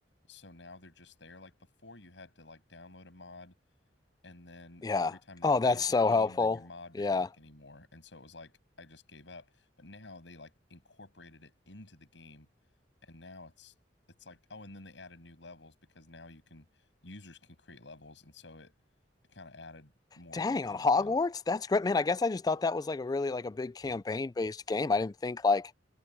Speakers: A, on the left; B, on the left.
A: So now they're just there. Like before you had to like download a mod and then
B: Yeah.
A: every time they
B: Oh,
A: updated
B: that's
A: the
B: so
A: game,
B: helpful.
A: then your mod
B: Yeah.
A: didn't work anymore. And so it was like I just gave up. But now they like incorporated it into the game and now it's it's like oh and then they added new levels because now you can users can create levels and so it, it kind of added more
B: Dang,
A: to the game
B: on Hogwarts?
A: again.
B: That's great. Man, I guess I just thought that was like a really like a big campaign-based game. I didn't think like